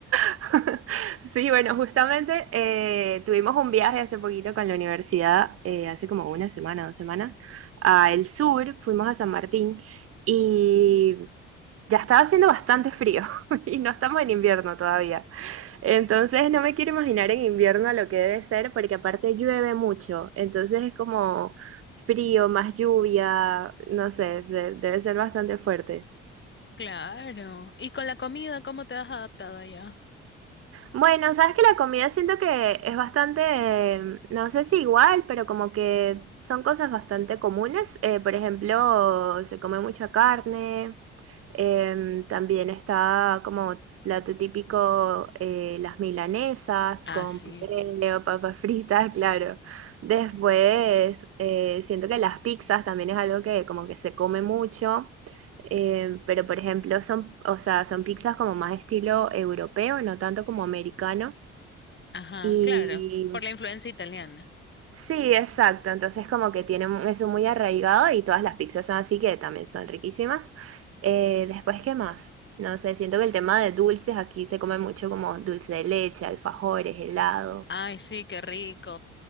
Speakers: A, on the right (about 40°); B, on the left (about 30°).
A: <laughs> Sí, bueno, justamente eh, tuvimos un viaje hace poquito con la universidad, eh, hace como una semana, dos semanas, a el sur, fuimos a San Martín y ya estaba haciendo bastante frío <laughs> y no estamos en invierno todavía. Entonces no me quiero imaginar en invierno lo que debe ser porque aparte llueve mucho, entonces es como frío, más lluvia, no sé, se- debe ser bastante fuerte.
B: Claro. ¿Y con la comida, cómo te has adaptado allá?
A: Bueno, sabes que la comida siento que es bastante, em, no sé si igual, pero como que son cosas bastante comunes. Eh, por ejemplo, se come mucha carne, Em, también está como plato típico eh, las milanesas
B: Ah,
A: con
B: sí.
A: puré o papas fritas, <laughs> claro. Después eh, siento que las pizzas también es algo que como que se come mucho, em, pero por ejemplo son, o sea, son pizzas como más estilo europeo, no tanto como americano.
B: Ajá,
A: y
B: claro, por la influencia italiana.
A: Sí, exacto. Entonces como que tiene mu- eso muy arraigado y todas las pizzas son así que también son riquísimas. Eh, después, ¿qué más? No sé, siento que el tema de dulces aquí se come mucho como dulce de leche, alfajores, helado.
B: Ay, sí, qué rico.